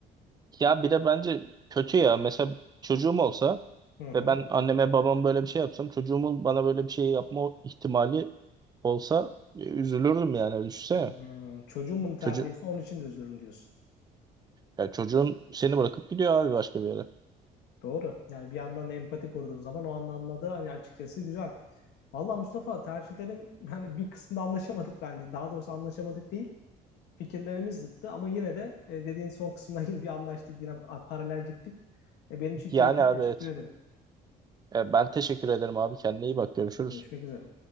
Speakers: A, on the right; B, on the left.
A: Ya bir de bence kötü ya. Mesela çocuğum olsa
B: Hı hı.
A: ve ben anneme babam böyle bir şey yapsam çocuğumun bana böyle bir şey yapma ihtimali olsa e, üzülürdüm yani. Düşünsene.
B: Hmm, çocuğun bunu tercih
A: Çocu
B: etse onun için de üzülürüm diyorsun.
A: ya çocuğun seni bırakıp gidiyor abi başka bir yere.
B: Doğru. Yani bir yandan da empati kurduğun zaman o anda anladığı hani açıkçası güzel. Vallahi Mustafa tercihlerin <laughs> yani bir kısmında anlaşamadık bence. Daha doğrusu anlaşamadık değil. fikirlerimiz zıttı ama yine de e, dediğin son kısımda <laughs> yine bir anlaştık, yine paralel gittik. E, benim için
A: Yani
B: keyifli.
A: abi
B: Teşekkür
A: evet.
B: ederim.
A: E, Ben teşekkür ederim abi. Kendine iyi bak. Görüşürüz.
B: Görüşmek üzere.